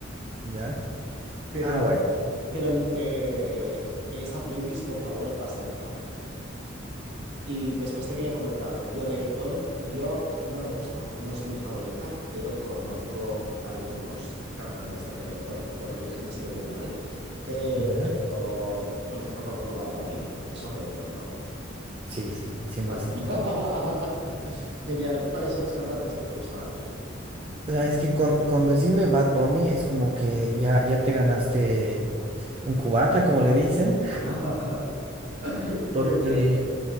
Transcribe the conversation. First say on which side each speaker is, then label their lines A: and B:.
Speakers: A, on the right; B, on the right.
A: ¿Ya?
B: pero,
A: Ah, bueno.
B: pero el, eh, esa playlist, por favor, pásamela. Y después te quería comentar, de reggaetón yo no me gusta, no es mi favorita, pero conozco algunos cantantes de reggaetón, corrígeme si lo digo mal, eh,
A: ¿Ya?
B: pero por ejemplo conozco Bad Bunny, eso es reggaetón, ¿no?
A: Sí, sí, cien
B: Vale.
A: por ciento.
B: <laughs> Genial, ¿cuáles son los cantantes que te gustan a ti?
A: O sea, es que con, con decirme Bad Bunny es como que ya, ya te ganaste un cubata, como le dicen,
B: <laughs>
A: <laughs>
B: Muy
A: porque
B: bien.